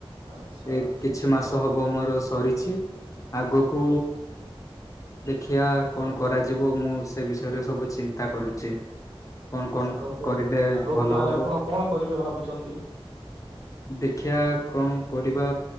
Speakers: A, on the right; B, on the left.
A: ଆଚ୍ଛା
B: ଏଇ
A: ଆଚ୍ଛା
B: କିଛି
A: ଆଚ୍ଛା
B: ମାସ
A: ଆଚ୍ଛା
B: ହବ କରିଛି ଆଗକୁ ଦେଖିବା କଣ କରାଯିବ ମୁଁ ସେ ବିଷୟରେ ସବୁ ଚିନ୍ତା କରୁଚି। କଣ କଣ
A: ଆଗକୁ
B: କରିଲେ
A: ଆଗକୁ
B: ଭଲ
A: ତାହେଲେ
B: ହବ?
A: ଆପଣ କଣ କରିବେ ଭାବିଛନ୍ତି?
B: ଦେଖିବା କଣ କରିବା